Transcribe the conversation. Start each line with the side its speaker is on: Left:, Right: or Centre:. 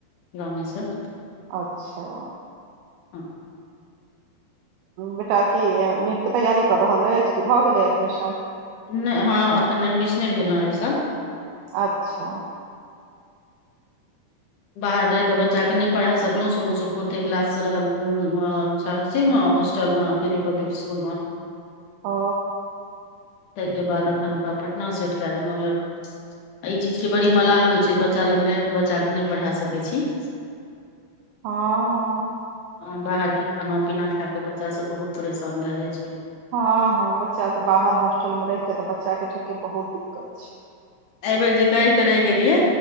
Left: गामे सऽ
Right: अच्छा
Left: हँ
Right: बेटा की नेट के तैयारी कऽ रहल अछि कि भऽ गेलै एडमिशन
Left: नै हँ एखन एडमिशने भेल हँ एहि साल
Right: अच्छा
Left: बाहर रैह केऽ बच्चाके नै पढ़ा सकलौ शुरूसँ फोर्थे क्लाससँ रहल <unintelligible> सारस म होस्टलमे दिल्ली पब्लिक स्कुल मे
Right: ओ
Left: ताहि के बाद एखन ओकरा पटना सेट के देलहु य एहि चीज के बड़ी मलाल होइ छै बच्चा लग रहि के बच्चा के नै पढ़ा सकै छी
Right: हँहॅं
Left: ह बाहरके खाना पीना खा क बच्चा सब बहुत परेशान भे जाइ छै
Right: हँ हँ बच्चा ते बाहर हॉस्टल मे रैह के तऽ बच्चा के ठीक के बहुत दिक्कत छै
Left: एहि बेेर जे कहिके रैह गेलियै